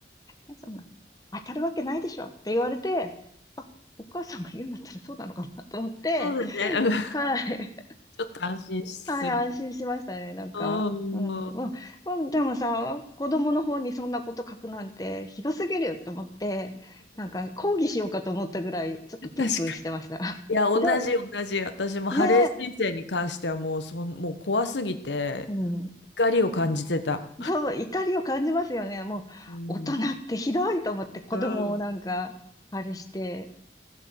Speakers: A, on the left; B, on the left.
A: え、そんな、当たるわけないでしょって言われて、あ、お母さんが言うんだったらそうなのかなと思って、
B: そうだね。うん。ち
A: はい。
B: ょっと安心する。
A: はい、安心しましたね、なんか。
B: うん。
A: うん、まあ、うんでもさ、子供の方にそんなこと書くなんてひどすぎるよと思って、なんか抗議しようかと思ったぐらい、ちょっとプンプンしてました。
B: 確かに。いや、
A: <laughs>
B: 同じ、
A: ひどい。
B: 同じ。私もハレー彗星に関してはもう、
A: ねえ。
B: そん、もう怖すぎて、
A: うん。
B: 怒りを感じてた。
A: そう、怒りを感じますよね。もう、
B: うん。
A: 大人ってひどいと思って子供をなんか、
B: うん。
A: あれして、